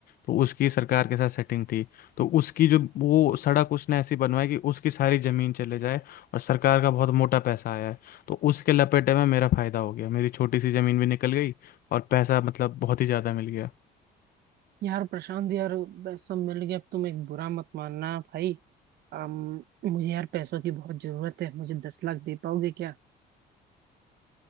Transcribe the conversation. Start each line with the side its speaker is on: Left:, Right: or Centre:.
Left: तो उसकी सरकार के साथ सेटिंग थी तो उसकी जो वो सड़क उसने ऐसी बनवाई कि उसकी सारी जमीन चले जाए और सरकार का बहुत मोटा पैसा आया है तो उसके लपेटे में मेरा फायदा हो गया मेरी छोटी सी जमीन भी निकल गई और पैसा मतलब बहुत ही ज़्यादा मिल गया
Right: यार प्रशांत यार बस सब मिल गया अब तुम एक बुरा मत मानना भाई अम, मुझे यार पैसों की बहुत जरूरत है मुझे दस लाख दे पाओगे क्या